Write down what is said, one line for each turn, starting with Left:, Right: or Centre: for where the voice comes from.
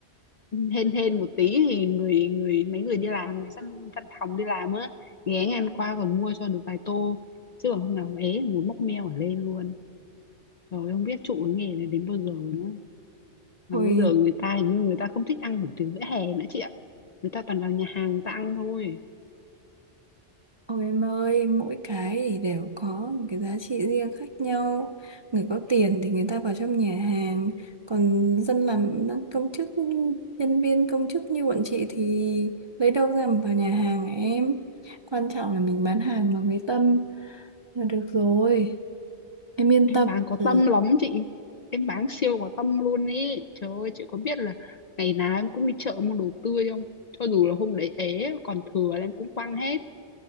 Left: hên hên một tí thì người người mấy người đi làm mấy văn văn phòng đi làm á ghé ngang qua còn mua cho được vài tô chứ còn hôm nào ế ngồi móc meo ở lên luôn rồi không biết trụ cái nghề này đến bao giờ nữa mà
Right: thôi
Left: bây giờ người ta hình như người ta không thích ăn hủ tiếu vỉa hè nữa chị ạ người ta toàn vào nhà hàng người ta ăn thôi
Right: Ôi em ơi, mỗi cái thì đều có một cái giá trị riêng khác nhau. Người có tiền thì người ta vào trong nhà hàng, còn dân làm công chức, nhân viên công chức như bọn chị thì lấy đâu ra mà vào nhà hàng hả em. Quan trọng là mình bán hàng bằng cái tâm là được rồi. Em yên
Left: em
Right: tâm.
Left: bán có
Right: Ừ.
Left: tâm lắm chị em bán siêu có tâm luôn ý trời ơi chị có biết là ngày nào em cũng đi chợ mua đồ tươi không cho dù là hôm đấy ế còn thừa là em cũng quăng hết